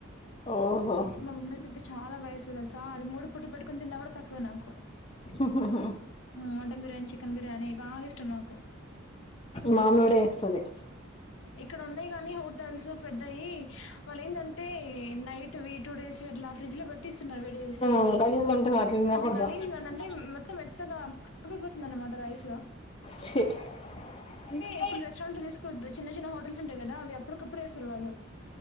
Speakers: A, on the left; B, on the left.
A: ఓహో
B: మా ముమ్మయితే గట్ చాలా బయాస్ తెలుసా, అది మూడు పుట్లు పెట్కొని తిన్నా కూడా తక్కువే నాకు
A: ఆహాహా
B: ఉ మటన్ బిర్యానీ, చికెన్ బిర్యాని ఇవి బా ఇష్టం నాకు.
A: మా అమ్మకూడ చేసది
B: ఇక్కడ ఉన్నాయి కానీ హోటల్స్ పెద్దయి వాళ్ళు ఏంటంటే, నైట్ వి టూ డేస్ అట్లా ఫ్రిడ్జ్ లో పెట్టి ఇస్తున్నారు వేడి చేసి.
A: ఉ గలీజ్ గుంటది అట్ల తినకూడదు
B: అది గలీజ్ అదంటే మొత్తం మెత్తగా పోతుంది అనమాట రైస్.
A: షిట్ అందుకే
B: ఇప్పుడు రెస్టారెంట్ లో తీసుకోవద్దు చిన్న చిన్న హోటల్స్ ఉంటాయి కదా అవి అప్పటికప్పుడు వేస్తారు వాళ్ళు